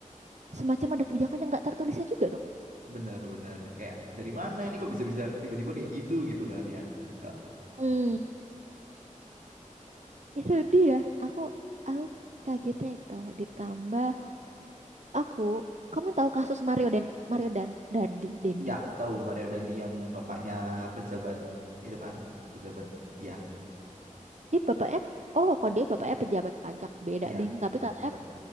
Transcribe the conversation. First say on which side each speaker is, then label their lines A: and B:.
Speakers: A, on the right; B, on the right.
A: semacam ada kebijakan yang nggak tertulisnya juga dong.
B: Benar-benar kayak dari mana ini kok bisa-bisa tiba-tiba kayak gitu gitu kan ya. Kak.
A: Hmm. Itu dia, aku aku kagetnya itu ditambah aku kamu tahu kasus Mario dan Mario dan Dandi Dendi.
B: Ya, tahu Mario Dandi yang bapaknya pejabat itu kan, pejabat Ya,
A: Dia bapaknya oh kok dia bapaknya pejabat pajak beda
B: iya,
A: deh, tapi katanya
B: pejabat